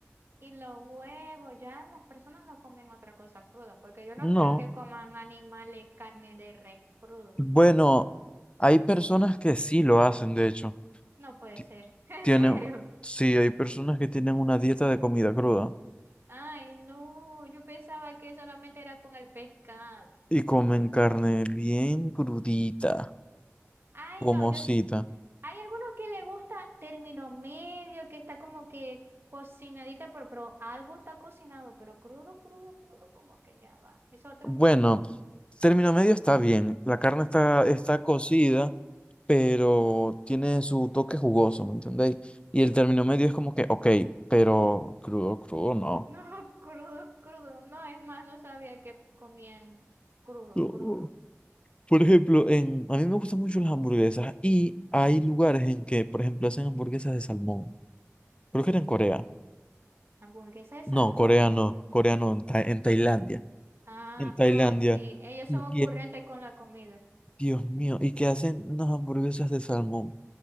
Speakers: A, on the right (about 50°); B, on the left (about 20°).
A: y los huevos. Ya las personas no comen otra cosa cruda. Porque yo no
B: No.
A: creo que coman animales, carne de res crudo.
B: Bueno, hay personas que sí lo hacen, de hecho.
A: No puede
B: Ti-
A: ser. <laughs> En
B: Tienen,
A: serio.
B: sí, hay personas que tienen una dieta de comida cruda.
A: Ay, no, yo pensaba que solamente era con el pescado.
B: Y comen carne bien crudita,
A: Ay,
B: gomosita.
A: no, yo, s- hay algunos que le gusta término medio, que está como que cocinadita, pero, pero algo está cocinado, pero crudo, crudo, crudo, como que ya va. Es otro
B: Bueno,
A: nivel.
B: término medio está bien. La carne está, está cocida, pero tiene su toque jugoso, ¿me entendéis? Y el término medio es como que, ok, pero crudo, crudo, no.
A: No, <laughs> crudo, crudo, no, es más, no sabía que comían crudo,
B: No.
A: crudo.
B: Por ejemplo, en, a mí me gustan mucho las hamburguesas y hay lugares en que, por ejemplo, hacen hamburguesas de salmón. Creo que era en Corea.
A: Hamburguesa de
B: No,
A: salmón.
B: Corea no, Corea no, en, Tai- en Tailandia.
A: Ah,
B: En Tailandia.
A: ah, sí, ellos
B: Y
A: son ocurrentes con la comida.
B: Dios mío, y que hacen unas hamburguesas de salmón.